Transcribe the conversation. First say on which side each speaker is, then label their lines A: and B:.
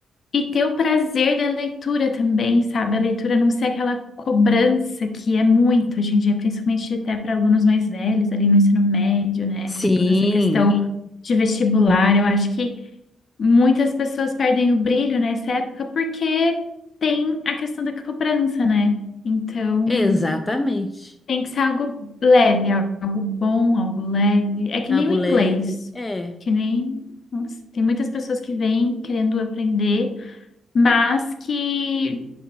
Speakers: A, on the left; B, on the left.
A: E ter o prazer da leitura também, sabe? A leitura não ser aquela cobrança que é muito hoje em dia, principalmente até para alunos mais velhos, ali no ensino médio, né? Com
B: Sim,
A: toda essa questão de vestibular. Eu acho que muitas pessoas perdem o brilho nessa época porque tem a questão da cobrança, né? Então,
B: exatamente.
A: tem que ser algo leve, algo bom, algo leve. É que
B: Algo
A: nem o inglês,
B: leve. É.
A: que nem. nossa, tem muitas pessoas que vêm querendo aprender mas que